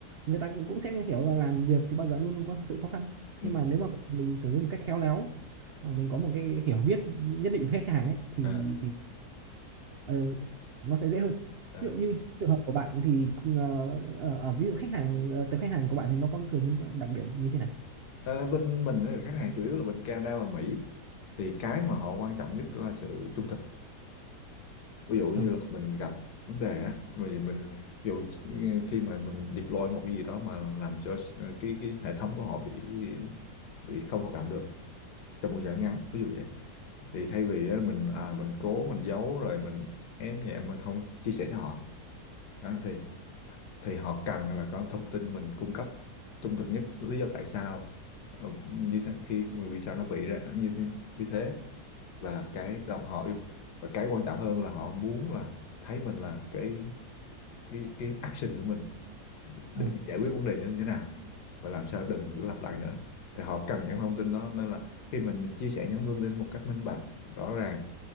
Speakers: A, on the right; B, on the left.
A: người ta cũng cũng sẽ hiểu là làm việc thì bao giờ luôn luôn có sự khó khăn
B: ừ.
A: nhưng mà nếu mà mình xử lý một cách khéo léo hoặc mình có một cái hiểu biết nhất định với khách hàng ấy thì
B: à.
A: thì ờ, nó sẽ dễ hơn
B: À,
A: ví dụ như trường hợp của bạn thì ờ, ở, ở ví dụ khách hàng ờ, tập khách hàng của bạn thì nó có thường những cái đặc điểm như thế nào
B: ờ, bên mình ấy, khách hàng chủ yếu là bên Canada và Mỹ thì cái mà họ quan trọng nhất là sự trung thực ví dụ như
A: ờ
B: là mình gặp vấn đề á mình mình ví dụ khi mà mình deploy một cái gì đó mà làm cho ờ, cái cái hệ thống của họ bị bị không hoạt động được trong một thời gian ngắn ví dụ vậy thì thay vì á, mình à, mình cố mình giấu rồi mình ém nhẹm mình không chia sẻ cho họ Đó, thì thì họ cần là có thông tin mình cung cấp trung thực nhất lý do tại sao ờ, như thế, khi vì sao nó bị ra như như như thế và cái đồng họ yêu và cái quan trọng hơn là họ muốn là thấy mình là cái cái cái action của mình để
A: ờ
B: mình giải quyết vấn đề như thế nào và làm sao đừng có lặp lại nữa thì họ cần những thông tin đó nên là khi mình, mình chia sẻ những thông tin một cách minh bạch rõ ràng